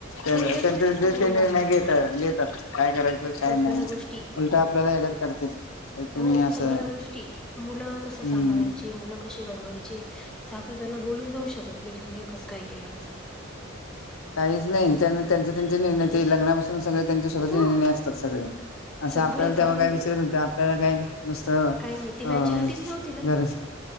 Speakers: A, on the left (about 85°); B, in the centre.
A: तेच
B: कोणत्याच गोष्टी सांगावी
A: ते निर्णय
B: लागत
A: घेत
B: नाही.
A: तात काय करायचं. काय
B: सगळ्या
A: नाही.
B: गोष्टी
A: उलट आपल्याला एड्यात काढतील तुम्ही
B: हो
A: असं
B: सगळ्या गोष्टी मुलं कस
A: हम्म
B: सांभाळायची. मुलं कसे घडवायची. सासु त्यांना बोलून जाऊ शक शकत नाही की तू हे कसं काय केलं असं.
A: काहीच नाही त्यांचे-त्यांचे निर्णय ते लग्नापासून सगळे त्यांचे स्वतःचे
B: ह
A: निर्णय असतात सगळे. असं
B: सगळे
A: आपल्याला
B: कारण
A: तेव्हा काय विचरत नवतं आपल्याला काय. नुसतं
B: काही नाही ती
A: अ
B: मॅच्युरिटीच नव्हती ना
A: घर.